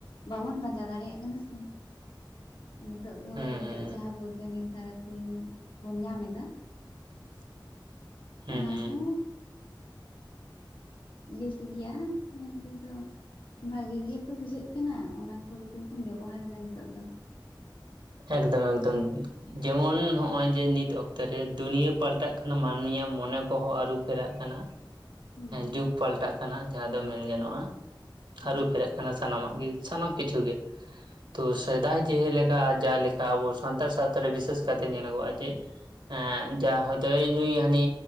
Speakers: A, on the left; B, on the right.
A: ᱵᱟᱵᱚᱱ ᱯᱟᱸᱡᱟ ᱫᱟᱲᱮᱭᱟᱜ ᱠᱟᱱᱟ ᱥᱮ ᱱᱤᱛᱚᱜ ᱫᱚ
B: ᱦᱮᱸ
A: ᱱᱤᱛᱚᱜ
B: ᱦᱮᱸ
A: ᱡᱟᱦᱟᱸ ᱵᱳᱭᱜᱟᱱᱤᱠ ᱫᱟᱨᱟᱭ ᱛᱮᱵᱚᱱ ᱧᱟᱢ ᱮᱫᱟ
B: <inaudible>
A: ᱚᱱᱟ
B: ᱦᱮᱸ
A: ᱦᱚᱸ ᱵᱮᱥ ᱜᱮᱭᱟ ᱢᱮᱱᱛᱮᱫᱚ ᱵᱷᱟᱜᱨ ᱜᱮᱛᱚ ᱵᱩᱡᱷᱟᱹᱜ ᱠᱟᱱᱟ ᱚᱱᱟ ᱠᱚ ᱛᱮ ᱵᱚᱱ ᱵᱮᱵᱚᱦᱟᱨ ᱮᱫᱟ ᱱᱤᱛᱚᱜ ᱫᱚ
B: ᱮᱠᱫᱚᱢ ᱮᱠᱫᱚᱢ ᱡᱮᱢᱚᱱ ᱱᱚᱜᱼᱚᱭ ᱡᱮ ᱱᱤᱛ ᱚᱠᱛᱚ ᱨᱮ ᱫᱩᱱᱭᱟᱹ ᱯᱟᱞᱴᱟᱜ ᱠᱟᱱᱼᱟ ᱢᱟᱹᱱᱢᱤᱭᱟᱜ ᱢᱚᱱᱮ ᱠᱚᱸᱦᱚ ᱟᱨᱩ ᱯᱷᱮᱨᱟᱜ ᱠᱟᱱᱟ
A: ᱦᱮᱸ
B: ᱡᱩᱜᱽ ᱯᱟᱞᱴᱟᱜ ᱠᱟᱱᱟ ᱡᱟᱸᱦᱟ ᱫᱚ ᱢᱮᱱ ᱜᱟᱱᱚᱜᱼᱟ
A: ᱦᱳᱭ
B: ᱟᱨᱩ ᱯᱷᱮᱨᱟᱜ ᱠᱟᱱᱟ ᱥᱟᱱᱟᱢᱟᱜ ᱜᱮ ᱥᱟᱱᱟᱢ ᱠᱤᱪᱷᱩ ᱜᱮ ᱛᱚ ᱥᱮᱫᱟᱭ ᱡᱮᱞᱮᱠᱟ ᱡᱟᱸᱦᱟ ᱞᱮᱠᱟ ᱟᱵᱚ ᱥᱟᱱᱛᱟᱲ ᱥᱟᱶᱛᱟ ᱨᱮ ᱵᱤᱥᱮᱥ ᱠᱟᱭᱛᱮ ᱧᱮᱞᱚᱜᱚᱜᱼᱟ ᱡᱮ ᱮᱸ ᱡᱟ ᱦᱚᱭᱛᱳ ᱱᱩᱭ ᱦᱟᱹᱱᱤ